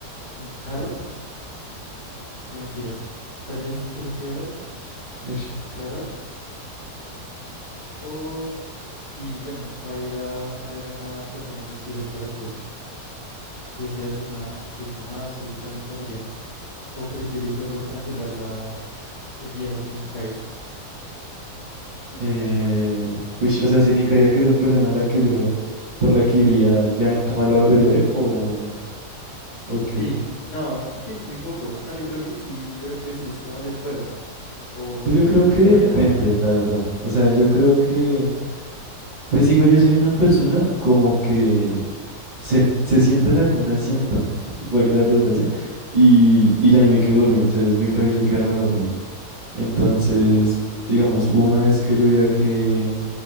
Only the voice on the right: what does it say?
Uy.
Eh, uy, o sea, ¿significaría que esa persona a la que yo, por la que iría, ya nunca más la volvería a ver o, o qué?
Pues yo creo
que
depende,
la verdad. O sea, yo creo que, pues igual yo soy una persona como que se, se sienta en algún asiento, <laughs> valga la redundancia, y,
y ya ahí me quedo dormido. O sea, es muy fácil yo quedarme dormido. Entonces,
digamos, hubo una vez que yo viajé